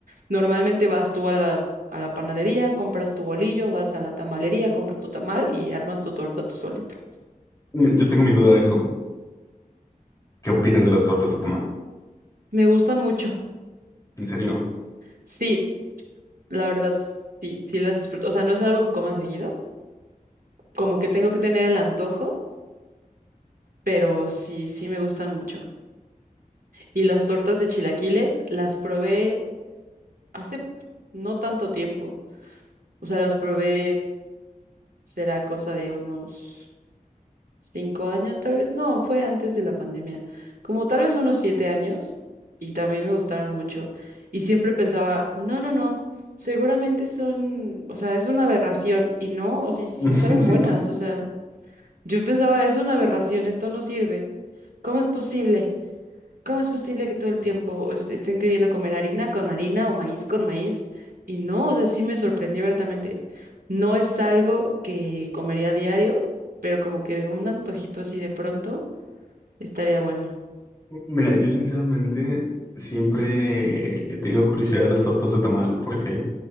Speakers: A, on the right; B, on the left.
A: Normalmente vas tú a la, a la panadería, compras tu bolillo, vas a la tamalería, compras tu tamal y armas tu torta tú solito.
B: Yo tengo mi duda de eso. ¿Qué opinas de las tortas de tamal?
A: Me gustan mucho.
B: ¿En serio?
A: Sí, la verdad, sí, sí las disfruto. O sea, no es algo que coma seguido, como que tengo que tener el antojo, pero sí, sí me gustan mucho. Y las tortas de chilaquiles las probé hace no tanto tiempo. O sea, las probé, será cosa de unos cinco años, tal vez no, fue antes de la pandemia, como tal vez unos siete años, y también me gustaron mucho. Y siempre pensaba, no, no, no, seguramente son, o sea, es una aberración, y no, o sí, sí
B: <laughs>
A: saben buenas, o sea, yo pensaba, es una aberración, esto no sirve, ¿cómo es posible? ¿Cómo es posible que todo el tiempo est- estén queriendo comer harina con harina o maíz con maíz? Y no, o sea, sí me sorprendió abiertamente. No es algo que comería a diario, pero como que un antojito así de pronto estaría bueno.
B: Mira, yo sinceramente siempre he tenido curiosidad de las tortas de tamal porque